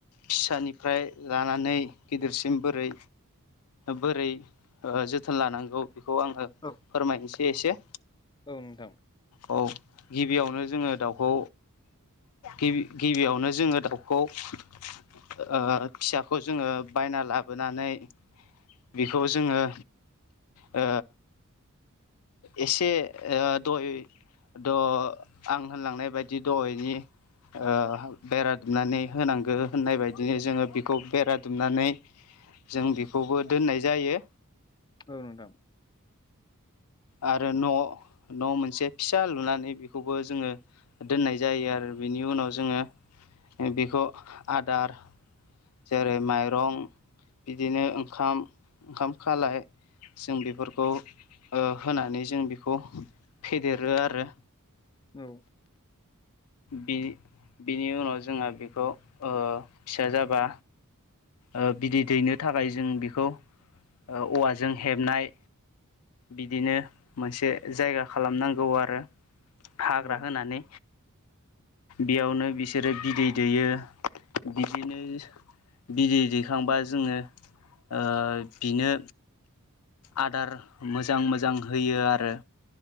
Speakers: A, on the left (about 75°); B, on the left (about 20°).
A: फिसानिफ्राय लानानै गिदिरसिम बोरै बोरै ओ जोथोन लानांगौ बेखौ आंङो
B: औ
A: फोरमायनोसै एसे।
B: औ नोंथां।
A: औ गिबियावनो जोङो दाउखौ गिबि गिबियावनो जोङो दाउखौ ओ फिसाखौ जोङो बायना लाबोनानै बेखौ जोङो ओ एसे ओ दय द' आं होनलांनाय बायदि दहायनि ओ बेरा दुमनानै होनांगो होननाय बायदिनो जोङो बेखौ बेरा दुमनानै जों बेखौबो दोननाय जायो।
B: औ नोंथां।
A: आरो न' न' मोनसे फिसा लुनानै बेखौबो जोङो दोननाय जायो आरो बेनि उनाव जोङो बेखौ आदार जेरै माइरं बिदिनो ओंखाम ओंखाम खालाय जों बेफोरखौ ओ होनानै जों बेखौ फेदेरो आरो
B: औ।
A: बि बिनि उनाव जोंहा बेखौ ओ फिसा जाबा ओ बिदै दैनो थाखाय जों बेखौ ओ औवा ज जों हेबनाय बिदिनो मोनसे जायगा खालामनांगौ आरो हाग्रा
B: औ
A: होनानै बेयावनो बिसोरो बिदै दैयो बिदिनो बिदै दैखांबा जोङो ओ बिनो आदार मोजां मोजां होयो आरो।